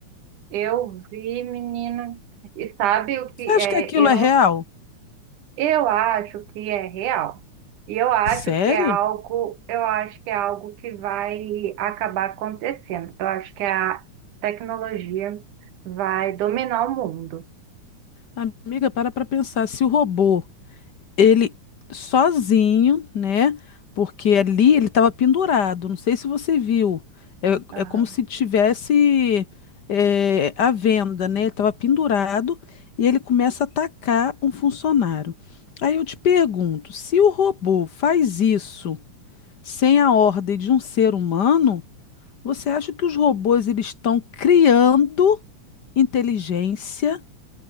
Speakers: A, on the right (about 80°); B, on the left (about 60°).
A: Eu vi, menino. E sabe o que
B: Você acha
A: é?
B: que aquilo
A: Eu
B: é real?
A: Eu acho que é real. E eu acho
B: Sério?
A: que é algo, eu acho que é algo que vai acabar acontecendo. Eu acho que a tecnologia vai dominar o mundo.
B: Amiga, para para pensar. Se o robô ele sozinho, né? Porque ali ele estava pendurado. Não sei se você viu. É,
A: Aham.
B: é como se tivesse é, a venda, né? Ele estava pendurado e ele começa a atacar um funcionário. Aí eu te pergunto, se o robô faz isso sem a ordem de um ser humano, você acha que os robôs eles estão criando inteligência